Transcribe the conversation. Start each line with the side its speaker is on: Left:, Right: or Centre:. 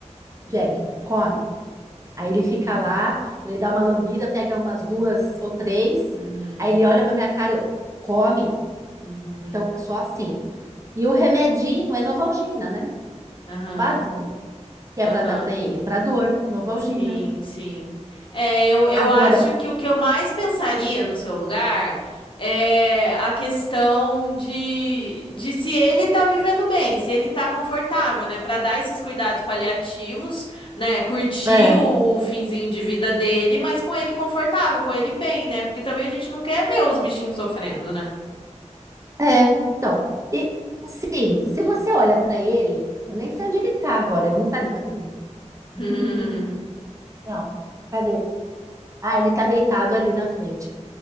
Left: Uhum.
Right: Jack, come. Aí ele fica
Left: Uhum.
Right: lá, ele dá uma lambida, pega umas duas ou três,
Left: Uhum.
Right: aí ele olha pra minha cara, eu, come.
Left: Uhum.
Right: Então, é só assim. E o remedinho é Novalgina, né?
Left: Aham.
Right: Básico. Que
Left: Aham.
Right: é pra dar pra ele, pra dor, Novalgina.
Left: Sim, sim. É, eu, eu
Right: Agora,
Left: acho que o que eu mais pensaria no seu lugar é a questão de, de se ele tá vivendo bem, se ele tá confortável, né? Pra dar esses cuidados paliativos, né? Curtir
Right: É.
Left: o, o finzinho de vida dele, mas com ele confortável, com ele bem, né? Porque também a gente não quer ver os bichinhos sofrendo, né?
Right: É, então, e sim, se você olha pra ele, eu nem sei onde ele tá agora, ele não tá debaixo de mim.
Left: <laughs>
Right: Não, cadê? Ah, ele tá deitado ali na frente.